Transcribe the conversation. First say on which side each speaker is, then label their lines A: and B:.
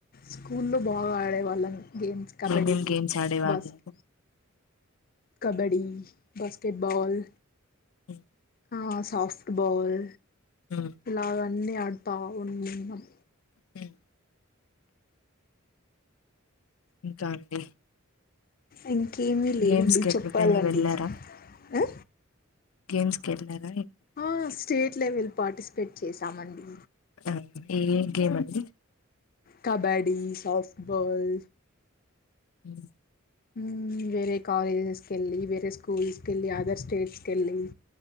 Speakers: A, on the left; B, on the left.
A: స్కూల్లో బాగాడేవాళ్ళమ్ గేమ్స్ కబడి
B: ఏమేం గేమ్స్ ఆడేవాళ్ళు
A: బాస్క్ కబడి బాస్కెట్బాల్
B: మ్
A: ఆ సాఫ్ట్ బాల్
B: హ్మ్.
A: లవన్ అన్ని అడ్తా ఉన్నింనమ్
B: హ్మ్. ఇంకా అండి
A: ఇన్ ఇంకేమి లేదండి
B: గేమ్స్ కి ఎక్కడికైనా
A: చెప్పాలండి
B: వెళ్ళారా
A: హ
B: గేమ్స్ ఎలారా
A: ఆ స్టేట్ లెవెల్ పార్టిస్పేట్ చేసామన్డి
B: ఆ! ఏ ఏ గేమ్ అండి
A: కబడీ సాఫ్ట్ బాల్
B: హ్మ్
A: హ్మ్ వేరే కాలేజెస్కెలి వేరే స్కూల్స్కెళ్లి అదర్ స్టేట్స్కెళ్లి